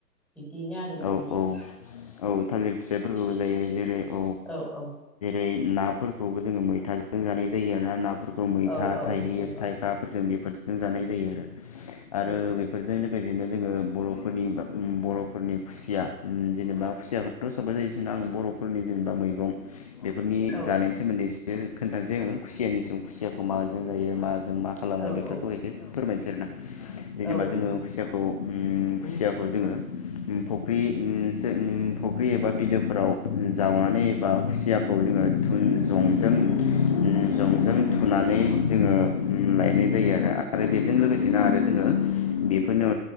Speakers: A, in the centre; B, on the left.
A: बिदिनो आरोना
B: औ
A: नोंथाङा
B: औ औ थालिर फिसाइफोरखौबो जायो जेरै ओ
A: औ औ।
B: नाफोरखौबो जोङो मैथाजों जानाय जायो आरोना ना। मैथा
A: औ औ
B: थाइगिर
A: मैथाजों
B: थाइखाफोरजों बेफोर जों जानाय जायो आरो ‌। आरो
A: औ
B: बेफोरजों नो जोङो बर'फोरनि बर'फोरनि खुसिया जेनेबा खुसियाखौथ' सबबो जायो जना आं बर'फोरनि जेनेबा मैगं बेफोरनि
A: औ
B: जानायनि सोमोन्दै खोन्थानोै खुसियानि सम खुसियाखौ माजों जायो मा? जों मा खालामो
A: औ
B: बेफोरखौ
A: औ
B: एसे फोरमायनो जेनेबा
A: औ नंगौ
B: जोङो खुसियाखौ खुसियाखौ जोङो फुख्रि <unintelligible> फुख्रि एबा बिलोफोराव जावनानै एबा खुसियाखौ जोङो जंजों जंजों थुनानै जोङो लायनाय जायो आरो आरो बेजों लोगोसेनो आरो जोङो बेफोरनो